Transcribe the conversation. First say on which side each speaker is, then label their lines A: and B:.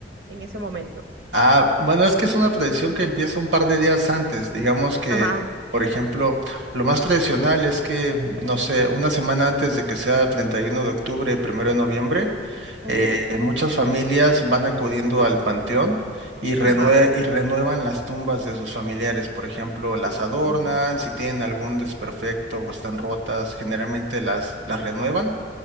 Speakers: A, on the right; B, on the right.
A: en ese momento?
B: Ah, bueno, es que es una tradición que empieza un par de días antes. Digamos que,
A: Ajá.
B: por ejemplo, lo más tradicional es que,
A: ujú,
B: no sé, una semana antes de que sea 31 de octubre, primero de noviembre,
A: ujú,
B: eh, muchas familias van acudiendo al panteón y, renue-
A: Ajá.
B: y renuevan las tumbas de sus familiares. Por ejemplo, las adornan,
A: ujú,
B: si tienen algún desperfecto o están rotas, generalmente las, las renuevan.